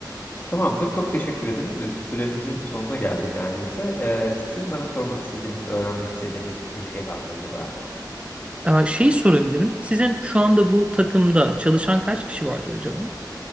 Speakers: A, on the left; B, on the right.
A: Tamamdır. Çok teşekkür ederim. Ee, Süremizin sonuna geldik neredeyse. Ee, sizin bana sormak istediğiniz, öğrenmek istediğiniz bir şey var mı acaba?
B: Ee, Şeyi sorabilirim. Sizin şu anda bu takımda çalışan kaç kişi vardır acaba?